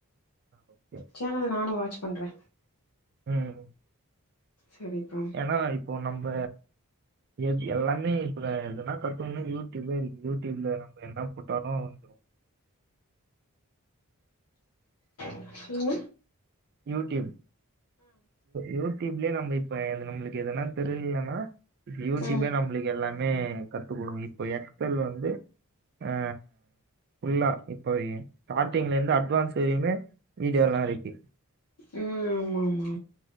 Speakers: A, on the right; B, on the left.
A: ஓகே
B: சேனல் நானு வாச் பண்றே
A: உம்
B: சரிப்பா
A: ஏன்னா இப்போ நம்ப எது எல்லாமே இப்பல எதுனா கட்டணனா யூடியூப்பே இருக்கு யூடியூப்ல நம்ப என்ன போட்டாலு வந்துரு
B: <inaudible> உ
A: யூடியூப் யூடியூப்லயே நம்ம இப்ப இது நம்மளுக்கு எதுனா தெரியலன்னா இப்ப யூடியூபே
B: ம் ம்
A: நம்மளுக்கு எல்லாமே கத்துக்கொடுக்கு இப்ப எக்ஸ்யெல் வந்து ஆ புல்லா இப்ப ஸ்டார்ட்டிங்ல இருந்து அட்வான்ஸ் வரையுமே வீடியோ எல்லா இருக்கு
B: ஆமா ஆமா